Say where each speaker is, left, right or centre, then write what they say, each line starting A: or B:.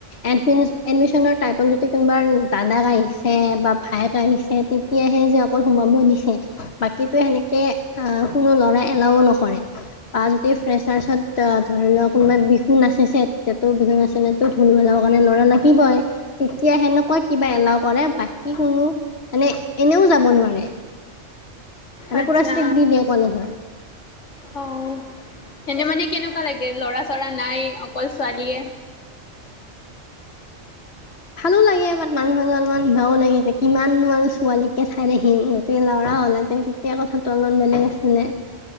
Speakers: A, on the left (about 60°); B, on the left (about 75°).
A: এডমি এডমিশচনৰ টাইমত যদি কোনোবা দাদা আহিছে বা ভায়েক আহিছে তেতিয়াহে যে অকল সোমাব দিছে, বাকীতো সেনেকে আহ কোনো লৰা এলাও নকৰে। বা যদি ফ্ৰেচাৰ্চত ধৰি লোৱা কোনোবাই বিহু নাচিছে তেতিয়াতো বিহু নাচিলেতো ঢোল বজাব কাৰণেটো লৰা লাগিবই তেতিয়া সেনেকুৱা কিবা এলাও কৰে বা কি কোনো মানে এনেও যাব নোৱাৰে। মানে
B: আচ্ছা।
A: পুৰা ষ্ট্ৰিক দি দিয়ে কলেজত
B: অ এনে মানে কেনেকু ৱা লাগে ল'ৰা চৰা নাই অকল ছোৱালীয়ে?
A: ভালো লাগে বাত মাজে মাজে অলপমান বেয়াও লাগে তাকে কিমান নো আৰু ছোৱালীকে চাই থাকিম, গতিকে ল'ৰা হল হেঁতেন তেতিয়া কথাটো অলপ বেলেগ আছিলে।